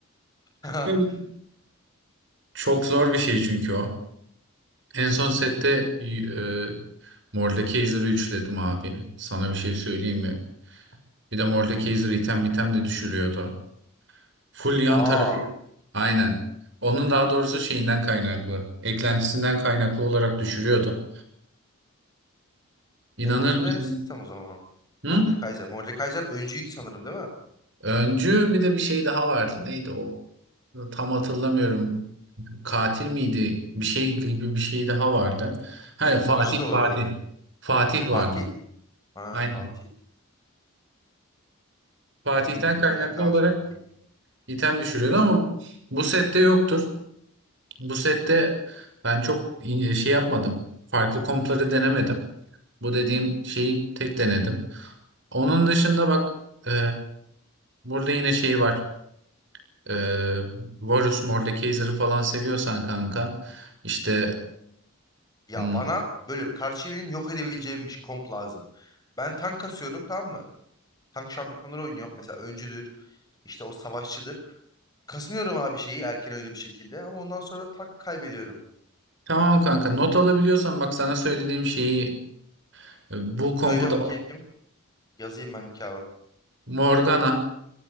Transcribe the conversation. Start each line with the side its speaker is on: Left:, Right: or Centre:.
Left: <laughs>
Right: Öyle. Çok zor bir şey çünkü o. En son sette e, Mordekaiser'ı üçledim abi. Sana bir şey söyleyeyim mi? Bir de Mordekaiser item item de düşürüyordu. Full yan
Left: Aa
Right: tarafı. Aynen. Onun daha doğrusu şeyinden kaynaklı. Eklentisinden kaynaklı olarak düşürüyordu. İnanır
Left: ben onu mu
Right: mısın?
Left: denesem o zaman?
Right: Hı?
Left: Mordekaiser. Mordekaiser öncüydü sanırım değil mi?
Right: Öncü bir de bir şey daha vardı. Neydi o? Tam hatırlamıyorum. Katil miydi? Bir şey gibi bir şey daha vardı. Hani
Left: Teknoloji
Right: Fatih
Left: de olabilir.
Right: Fatih. Fatih vardı.
Left: Fatih. Ha
Right: Aynen.
Left: Fatih.
Right: Fatih'ten
Left: Bilmiyorum onu
Right: kaynaklı
Left: denemek lazım
Right: olarak
Left: bakayım.
Right: item düşürüyordu ama bu sette yoktur. Bu sette ben çok in- şey yapmadım. Farklı kompları denemedim. Bu dediğim şeyi tek denedim. Onun dışında bak e, burada yine şey var. E, Varus Mordekaiser'ı falan seviyorsan kanka işte
Left: Ya
Right: hmm,
Left: bana böyle karşıyı benim yok edebileceğimmiş komp lazım. Ben tank kasıyorum tamam mı? Tank şampiyonları oynuyorum. Mesela öncüdür. işte o savaşçıdır. Kazanıyorum abi şeyi erken oyunu bir şekilde. Ama ondan sonra tak kaybediyorum.
Right: tamam kanka not alabiliyorsan bak sana söylediğim şeyi e, bu kompu
Left: Söyle
Right: da
Left: bakayım. Yazayım ben bir kağıda.
Right: Morgana,